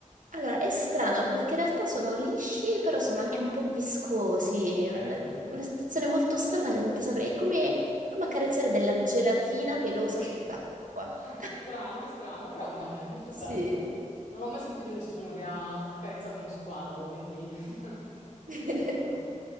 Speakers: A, on the right; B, on the left.
A: Allora, è strano perché in realtà sono lisci, però sono anche
B: Eh,
A: un po' viscosi.
B: Ok.
A: È Una, una sensazione molto strana che non ti saprei. È come, come accarezzare della gelatina pelosa
B: Ok.
A: sott'acqua.
B: Eh,
A: <laughs>
B: Strano, strano, però no, è molto
A: Sì.
B: bello. Non ho mai sentito nessuno che ha accarezzato uno squalo, quindi <laughs>
A: <laughs>
B: bello però.